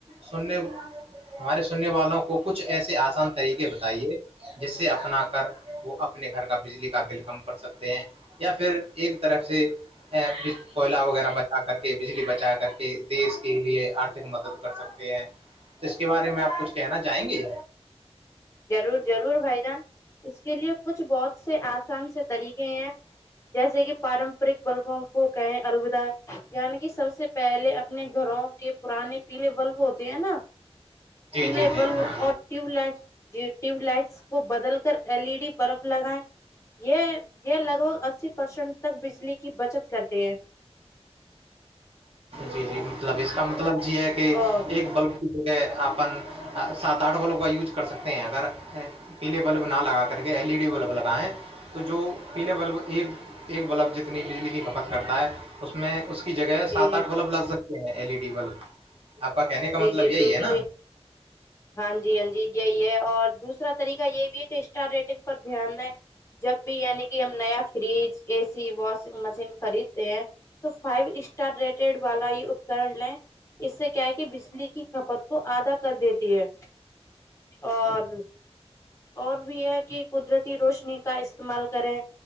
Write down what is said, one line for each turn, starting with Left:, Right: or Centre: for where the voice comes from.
Right: سننے ہمارے سننے والوں کو کچھ ایسے آسان طریقے بتائیے جس سے اپنا کر وہ اپنے گھر کا بجلی کا بل کم کر سکتے ہیں یا پھر ایک طرف سے کوئلہ وغیرہ بچا کر کے بجلی بچا کر کے دیش کے لیے آرتھک مدد کر سکتے ہیں تو اس کے بارے میں آپ کچھ کہنا چاہیں گے
Left: ضرور ضرور بھائی جان اس کے لیے کچھ بہت سے سے طریقے ہیں جیسے کہ پارمپرک بلبوں کو کہیں الودا یعنی کہ سب سے پہلے اپنے گھروں کے پرانے پیلے بلب ہوتے ہیں نا
Right: جی
Left: پیلے
Right: جی جی
Left: بلب
Right: ہاں
Left: اور ٹیوب لائٹ ج ٹیوب لائٹس کو بدل کر ایل ای ڈی برف لگائے یہ یہ لگ بھگ اسی پرسنٹ تک بجلی کی بچت کرتے ہے
Right: جی جی مطلب اس کا مطلب یہی ہے کہ
Left: ا
Right: ایک بلب اپن سات آٹھ والوں کا یوز کر سکتے ہیں اگر پیلے بلب نہ لگا کر کے ایل ای ڈی بلب لگیں تو جو پیلے بلب ایک ایک بلب جتنی بجلی کی کھپت کرتا ہے اس میں اس کی جگہ
Left: جی
Right: سات
Left: جی
Right: آٹھ بلب لگ سکتے ہیں ایل ای ڈی بلب آپ کا کہنے کا
Left: جی
Right: مطلب
Left: جی
Right: یہی
Left: بالکل
Right: ہے نا
Left: ہاں جی ہاں جی یہی ہے اور دوسرا طریقہ یہ بھی ہے کہ اسٹار ریٹنگ پر دھیان ہے جب بھی یعنی کہ ہم نیا fridge A C washing machine خریدتے ہیں تو فائیو اسٹار ریٹڈ والا یہ اپکرن لیں اس سے کیا ہے بجلی کی کھپت کو آدھا کر دیتی ہے اور اور بھی یہ کہ قدرتی روشنی کا استعمال کریں